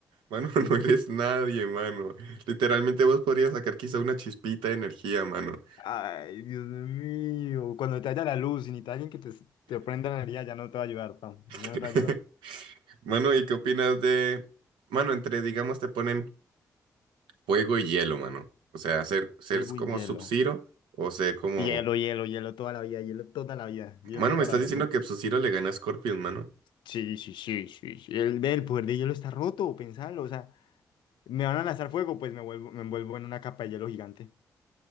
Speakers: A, on the right; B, on the left.
A: Mano, <laughs>
B: punto.
A: no eres nadie, mano. Literalmente vos podrías sacar quizá una chispita de energía, mano.
B: Ay, Dios mío, cuando te haya la luz y necesitas alguien que te, te prenda la energía, ya no te va a ayudar, pa, ya
A: <laughs>
B: no te va a ayudar.
A: Mano, ¿y qué opinas de, mano, entre, digamos, te ponen fuego y hielo, mano? O sea, ser, ser
B: Fuego
A: como
B: y hielo.
A: Sub-Zero o ser como
B: Hielo, hielo, hielo toda la vida, hielo toda la vida, hielo
A: Mano,
B: toda
A: me estás
B: la vida.
A: diciendo
B: no
A: que Sub-Zero le gana a Scorpion, mano.
B: Sí, sí, sí, sí, sí. El, ve, el poder de hielo está roto, pensalo. O sea, me van a lanzar fuego, pues me vuelvo, me envuelvo en una capa de hielo gigante.